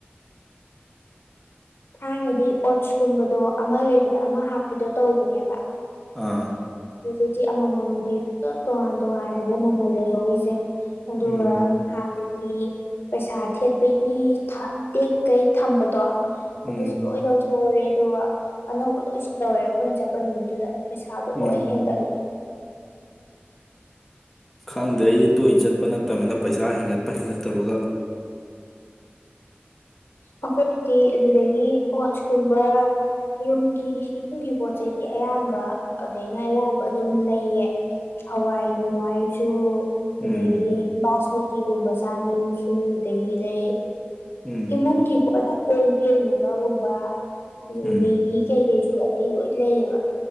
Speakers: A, on the left; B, in the centre.
A: ꯊꯥꯏꯅꯗꯤ ꯑꯣꯠꯁꯀꯨꯝꯕꯗꯣ ꯑꯃ ꯂꯩꯕꯗ ꯑꯃ ꯍꯥꯞꯄꯤꯗꯣ ꯇꯧꯕꯅꯦꯕ
B: ꯑꯥ
A: ꯍꯧꯖꯤꯛꯇꯤ ꯑꯃꯃꯝꯒꯤ ꯄꯨꯂꯞ ꯇꯣꯉꯥꯟ ꯇꯣꯉꯥꯟꯅꯅꯦ ꯃꯃꯜꯂꯦ ꯍꯧꯏꯁꯦ ꯑꯗꯨꯒ
B: ꯎꯝ
A: ꯍꯥꯟꯅ ꯒꯤ ꯄꯩꯁꯥ ꯊꯦꯠꯄꯒꯤ ꯇꯦꯛ ꯀꯩ ꯊꯝꯕꯗꯣ
B: ꯎꯝ
A: ꯑꯗꯨꯁꯨ ꯂꯣꯏ ꯂꯧꯊꯣꯛꯎꯔꯦ ꯑꯗꯨꯒ ꯑꯅꯧꯕ ꯂꯣꯏꯁꯨ ꯇꯧꯔꯦ ꯑꯩꯈꯣꯏꯅ ꯆꯠꯄ ꯅꯨꯃꯤꯠꯇꯨꯗ ꯄꯩꯁꯥꯗꯣ ꯂꯣꯏ
B: ꯎꯝ
A: ꯍꯦꯟꯒꯠꯂ
B: ꯈꯪꯗꯦ ꯑꯩꯗꯤ ꯇꯣꯏꯅ ꯆꯠꯄ ꯅꯠꯇꯅꯤꯅ ꯄꯩꯁꯥ ꯍꯦꯟꯒꯠꯄ ꯍꯦꯟꯒꯠꯇꯕꯒ
A: ꯑꯩꯈꯣꯏꯗꯤꯤ ꯑꯗꯨꯗꯒꯤ ꯋꯥꯆꯀꯨꯝꯕ ꯌꯨꯝꯒꯤ ꯌꯨꯝꯒꯤ ꯄꯣ ꯆꯩꯗ ꯑꯌꯥꯝꯕ ꯑꯗꯩꯩꯅ ꯑꯌꯥꯝꯕ ꯑꯗꯨꯝ ꯂꯩꯌꯦ ꯍꯋꯥꯏ ꯅꯨꯡꯋꯥꯏꯁꯨ ꯑꯗꯒꯤ
B: ꯎꯝ
A: ꯕꯥꯁꯃꯇꯤꯒꯨꯝꯕ ꯆꯥꯅꯤꯡꯉꯁꯨ ꯑꯗꯒꯤ ꯂꯩ
B: ꯎꯝ
A: ꯏꯃꯨꯡꯒꯤ ꯄꯣꯠꯁ ꯀꯣꯟ ꯐꯦꯡꯅꯕꯒꯨꯝꯕ ꯑꯗꯒꯤ
B: ꯎꯝ
A: ꯃꯦꯒꯤ ꯀꯩꯀꯩ ꯑꯗꯩ ꯂꯣꯏ ꯂꯩꯌꯦꯕ